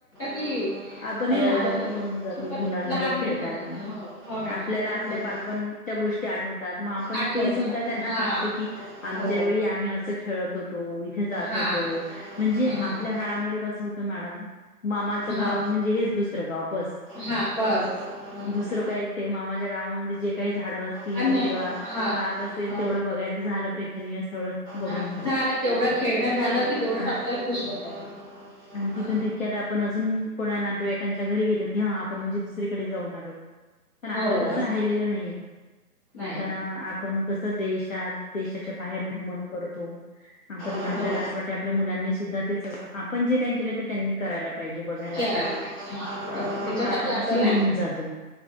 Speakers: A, on the left; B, on the left.
A: की
B: आपण
A: अ,
B: हे लहान मुल बनून जातो
A: खूपच
B: मुलांसोबत
A: लहान मूल
B: खेळताना
A: बनून हो, हो मॅडम
B: आपल्याला
A: तसंच
B: आपल्या
A: होतं.
B: बालपणच्या गोष्टी आठवतात मग आपण
A: आठवतं.
B: ते सुद्धा त्यांना
A: हां,
B: सांगतो की आमच्या
A: हो,
B: वेळी आम्ही अस खेळत होतो इथे जात
A: हां,
B: होतो म्हणजे
A: हं,
B: आपल्या काळामध्ये कस होत मॅडम मामाच
A: हां,
B: गाव म्हणजे हेच दुसरं गाव बस
A: हां, बस. हं.
B: दुसरं काही ते मामाच्या गावामध्ये जे काही झाडं अस किंवा
A: आणि हां,
B: बाग असेल
A: हो,
B: तेवढं बघायच झालं प्रेक्षणीय स्थळ बघून
A: हां.
B: झाले
A: झालं तेवढं खेळणं झालं
B: पण
A: की तेवढंच
B: हा
A: आपल्याला खुश वाटायचं.
B: आणि
A: हां.
B: तिथून तितक्या आता आपण अजून कोणा नातेवाईकांच्या घरी गेलं की हा आपण म्हणजे दुसरीकडे जाऊन आलो बा पण आता
A: हो
B: तसं
A: असं
B: राहिलेलं नाही आहे
A: नाही
B: आता आपण कसं देशात देशाच्या बाहेर भ्रमण करतो आपण
A: हो
B: आपल्याला असं वाटत आपल्या मुलांनी सुद्धा ते सगळं आपण जे नाही केलं ते त्यांनी करायला पाहिजे बघा
A: करायला पाहिजे हा त्याच्यासाठी
B: आतापासून
A: आपल्याला
B: घेऊन जातो